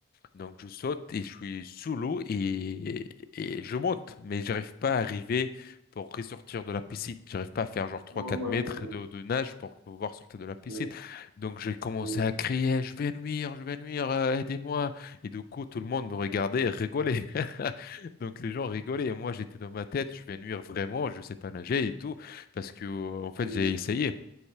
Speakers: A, on the left; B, on the right.
A: Donc je saute et je suis sous l'eau et, et je monte, mais j'arrive pas à arriver pour ressortir de la piscine. J'arrive pas à faire genre trois
B: oui,
A: quatre mètres de, de nage pour pouvoir sortir de la piscine.
B: oui,
A: Donc j'ai commencé
B: oui,
A: à crier, je vais nuire, je vais nuire, euh, aidez-moi. Et du coup, tout le monde me regardait et rigolait. <laughs> Donc les gens rigolaient et moi j'étais dans ma tête, je vais nuire vraiment, je sais pas nager et tout, parce que euh, en fait
B: oui,
A: j'ai essayé.